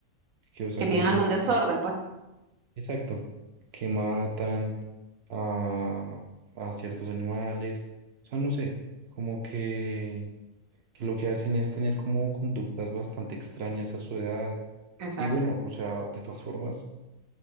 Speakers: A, on the right; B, on the right.
A: que o sea,
B: que
A: como
B: tienen
A: que
B: algún
A: empiezan.
B: desorden, pues.
A: Exacto, que matan a, a ciertos animales. O sea, no sé, como que, que lo que hacen es tener como conductas bastante extrañas a su edad.
B: Exacto.
A: Y bueno, o sea, de todas formas,